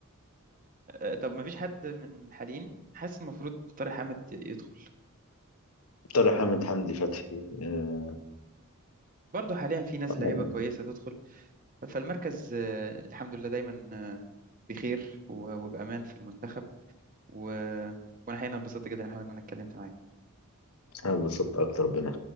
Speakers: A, on the right (about 40°); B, on the left (about 75°).
A: آه، طب ما فيش حد من الحاليين حاسس المفروض طارق حامد يدخل
B: طارق حامد حمدي فتحي آه،
A: برضه حاليا في ناس
B: آه،
A: لعيبة كويسة تدخل فالمركز آه، الحمد لله دايما آه، بخير و- وبأمان في المنتخب و... وأنا حقيقة انبسطت جدا يا حمد إن أنا اتكلمت معاك
B: انا اتبسطت اكتر بنا